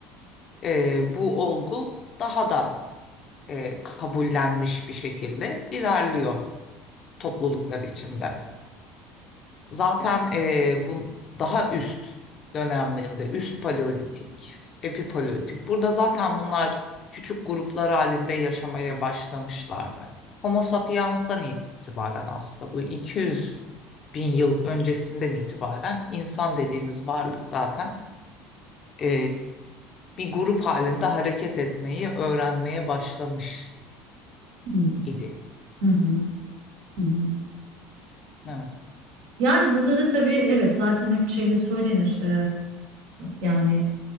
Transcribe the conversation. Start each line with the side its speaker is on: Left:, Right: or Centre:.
Left: e, bu olgu daha da e, kabullenmiş bir şekilde ilerliyor topluluklar içinde. Zaten e, bu daha üst dönemlerinde üst paleolitik, epipaleolitik burada zaten bunlar küçük gruplar halinde yaşamaya başlamışlardı. Homo sapiens'ten itibaren aslında bu 200 bin yıl öncesinden itibaren insan dediğimiz varlık zaten e, bir grup halinde hareket etmeyi öğrenmeye başlamış
Right: Hmm.
Left: idi.
Right: Hı hı. Hı hı.
Left: Evet.
Right: Yani burada da tabii evet zaten hep şeyde söylenir. E, yani